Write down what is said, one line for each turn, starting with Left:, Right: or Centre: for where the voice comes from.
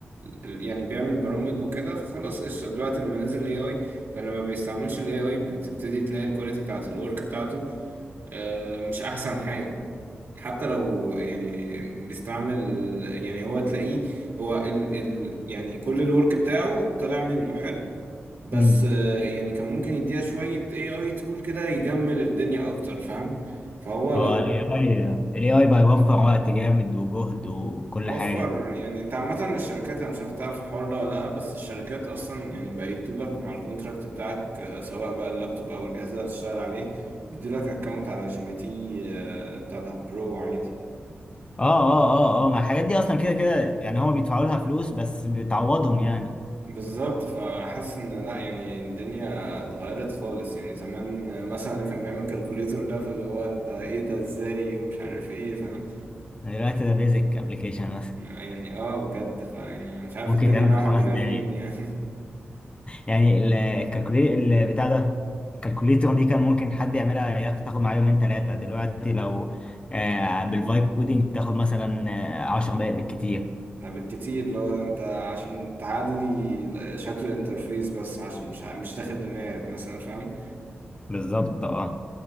Right: ال... يعني بيعمل برامج وكده فخلاص قشطة دلوقتي لما نزل ال AI فلما ما بيستعملش ال AI بتبتدي تلاقي الكواليتي بتاعت الورك بتاعته آه، مش أحسن حاجة حتى لو يعني بيستعمل يعني هو تلاقيه هو ال... ال... يعني كل الورك بتاعه طلع منه حلو بس
Left: يعني
Right: آه، يعني كان ممكن يديها شوية AI tool كده يجمل الدنيا أكتر فاهم فهو
Left: هو
Right: لو
Left: ال AI ال AI بقى يوفر وقت جامد وجهد وكل
Right: وفر
Left: حاجة
Right: يعني انت عامة الشركات انا مش عارف تعرف الحوار ده ولا لأ بس الشركات اصلا يعني بقى يدولك مع الكونتراكت بتاعك آه، سواء بقى اللابتوب او الجهاز اللي هتشتغل عليه يدولك اكونت على جي بي تي آه، بتاع ده برو عادي
Left: اه اه اه اه ما الحاجات دي اصلا كده كده يعني هما بيدفعوا لها فلوس بس بتعوضهم يعني
Right: بالظبط فحاسس ان لأ يعني الدنيا اتغيرت خالص يعني زمان آه، مثلا اللي كان بيعمل كالكوليتور ده فاللي هو انت ايه ده ازاي ومش عارف ايه فاهم
Left: يعني دلوقتي ده بيزك ابلكيشن مثلا
Right: يعني اه بجد فيعني مش عارف
Left: ممكن
Right: الدنيا
Left: يتعمل
Right: رايحة
Left: في خمس
Right: بينا
Left: دقايق
Right: فين يعني
Left: يعني الكالكوليتر بتاع ده الكالكوليتر دي كان ممكن حد يعملها ياخ- تاخد معاه يومين ثلاثة دلوقتي لو آه بالفايب كودينج تاخد مثلا آه 10 دقايق بالكتير
Right: ده بالكتير اللي هو ده انت عشان تعدلي شكل الانترفيس بس عشان مش ع- مش داخل دماغك مثلا فاهم
Left: بالظبط اه